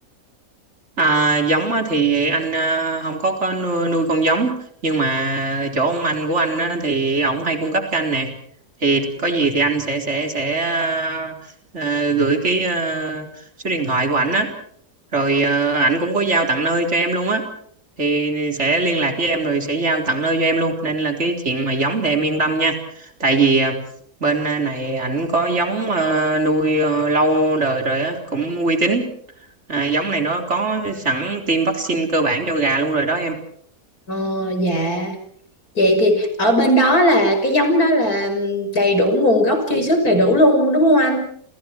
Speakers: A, on the right; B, on the left.
A: À, giống á, thì anh à, không có có nuôi, nuôi con giống nhưng mà chỗ ông anh của anh á, thì ổng hay cung cấp cho anh nè thì có gì thì anh sẽ sẽ sẽ à, à, gửi cái à, số điện thoại của ảnh á rồi ờ, ảnh cũng có giao tận nơi cho em luôn á thì sẽ liên lạc với em rồi sẽ giao tận nơi cho em luôn nên là cái chuyện mà giống thì em yên tâm nha tại vì ờ, bên ờ, này ảnh có giống ờ, nuôi ờ, lâu đời rồi á cũng uy tín à, giống này nó có sẵn tiêm vaccine cơ bản cho gà luôn rồi đó em
B: Ờ, dạ vậy thì ở bên đó là cái giống đó là đầy đủ nguồn gốc truy xuất đầy đủ luôn đúng không anh